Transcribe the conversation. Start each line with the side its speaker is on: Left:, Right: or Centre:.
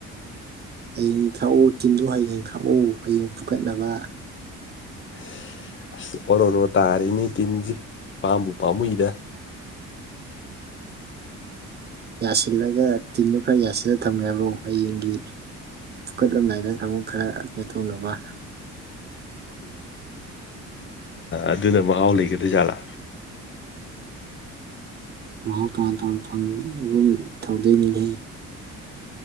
Right: ꯍꯌꯦꯡꯒꯤ ꯈꯛꯎ ꯇꯤꯟꯗꯨꯣ ꯍꯌꯦꯡ ꯈꯥꯛꯎ ꯍꯌꯦꯡ ꯐꯨꯀꯠꯅꯕ
Left: <inaudible> ꯑꯁ ꯑꯣꯔꯣꯔꯣ ꯇꯥꯔꯤꯅꯤ ꯇꯤꯟꯁꯦ ꯄꯥꯝꯕꯨ ꯄꯥꯝꯃꯨꯏꯗ
Right: ꯌꯥꯁꯤꯜꯂꯒ ꯇꯤꯟꯗꯨꯣ ꯈꯔ ꯌꯥꯁꯤꯜꯂ ꯊꯝꯃꯦꯦꯕ꯭ꯔꯣ ꯍꯌꯦꯡꯒꯤ ꯐꯨꯀꯠꯂꯝꯗꯥꯏꯗ ꯀꯥꯡꯕꯨ ꯈꯔ ꯅ ꯇꯣꯡꯅꯕ
Left: ꯑꯗꯨꯅ ꯃꯍꯥꯎ ꯂꯩꯒꯗ꯭ꯔꯖꯥꯠꯂꯥ
Right: ꯃꯍꯥꯎ ꯇꯣꯉꯥꯟ ꯇꯣꯉꯥꯟ ꯐꯪꯒꯨꯝ ꯇꯧꯗꯣꯏꯅꯤꯉ